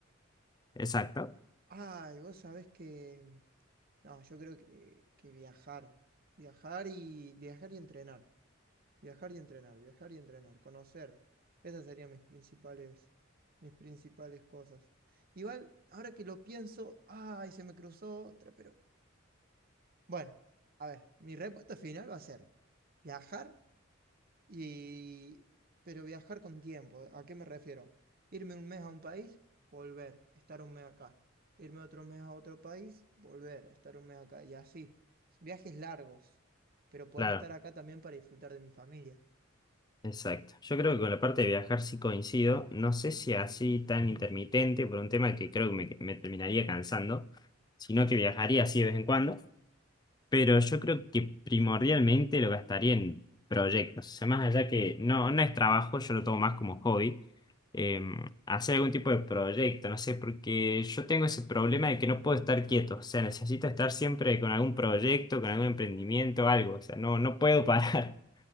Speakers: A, on the left (about 20°); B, on the right (about 45°).
A: Exacto,
B: Ay, vos sabés que... No, yo creo que, que viajar. Viajar y viajar y entrenar. Viajar y entrenar, viajar y entrenar, conocer. Esas serían mis principales, mis principales cosas. Igual, ahora que lo pienso, ay, se me cruzó otra, pero bueno, a ver, mi respuesta final va a ser viajar Y, pero viajar con tiempo, ¿a qué me refiero? Irme un mes a un país, volver, estar un mes acá. Irme otro mes a otro país, volver, estar un mes acá. Y así, viajes largos, pero poder
A: claro,
B: estar acá también para disfrutar de mi familia.
A: exacto. Yo creo que con la parte de viajar sí coincido. No sé si así tan intermitente por un tema que creo que me me terminaría cansando, sino que viajaría así de vez en cuando. pero yo creo que primordialmente lo gastaría en proyectos. O sea, más allá que no, no es trabajo, yo lo tomo más como hobby. eh, hacer algún tipo de proyecto, no sé, porque yo tengo ese problema de que no puedo estar quieto. O sea, necesito estar siempre con algún proyecto, con algún emprendimiento, algo. O sea, no, no puedo parar. <laughs>